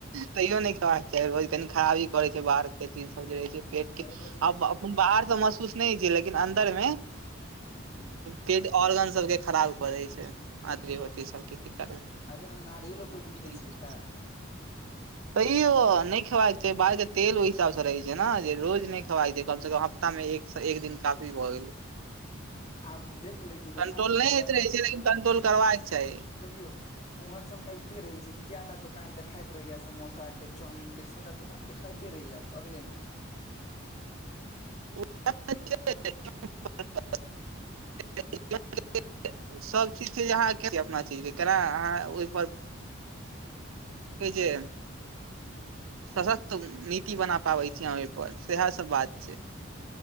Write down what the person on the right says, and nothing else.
तैयों नहि खेबाक चाही, रोज खराबी करैत छै, बाहर केँ चीज सब जें रहै छै पेट
के
बा बाहर तऽ महसूस नहि होइत छैय, लेकिन अन्दर में
पेट ऑर्गन सबकें खराब कऽ दै छै, अतरी-भोतरी सबकेँ। क कर
<unintelligible>
तैयो नहि खेबाक चाही, बाहर के तेल ओहि हिसाब से रहै छै, ने जे रोज नहि खेबाक छै कम से कम सप्ताह मे एक एक दिन काफी भऽ गेलै।
कंट्रोल
नहि होइत रहै छै लेकिन
कंट्रोल करबाक चाही
<unintelligible> <unintelligible> सब चीज छै, जे अहाँ की अपना चीजके केना अहाँ ओहिपर कहै छै जे सशक्त नीति बना पाबै छी अहाँ ओहिपर सएह सब बात छै।